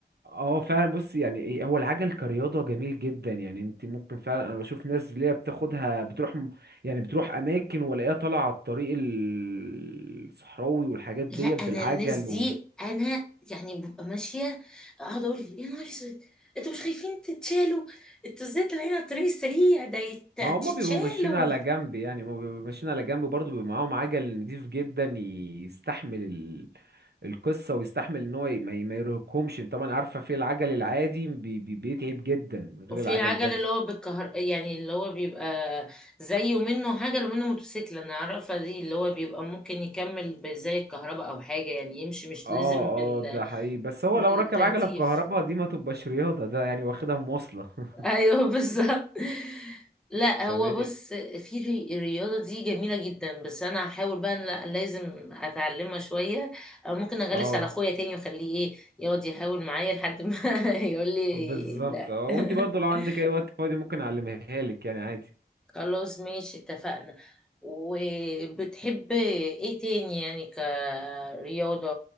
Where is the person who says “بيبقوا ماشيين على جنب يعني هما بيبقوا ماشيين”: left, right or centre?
Right